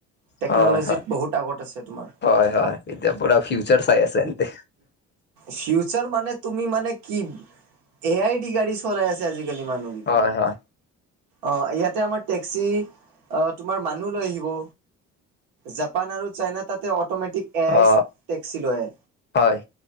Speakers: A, on the right (about 80°); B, on the left (about 30°).
A: টেকন'লজিত
B: হয় হয়
A: বহুত আগত আছে তোমাৰ।
B: হয় হয় এতিয়া পুৰা ফিউচাৰ চাই আছে এনতে।
A: ফিউচাৰ মানে তুমি মানে কি এ আই ডি গাড়ী চলাই আছে আজিকালি মানুহ।
B: হয় হয়।
A: অ ইয়াতে আমাৰ টেক্সি অ তোমাৰ মানুহ লৈ আহিব। জাপান আৰু চাইনা তাতে অট'মেটিক এ আইচ
B: অ
A: টেক্সি লয়
B: হয়